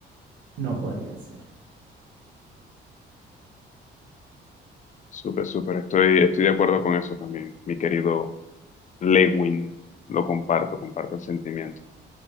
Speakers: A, on the right; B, on the left.
A: no podría hacer.
B: Súper, súper. Estoy, estoy de acuerdo con eso también, mi querido Lewin. Lo comparto, comparto el sentimiento.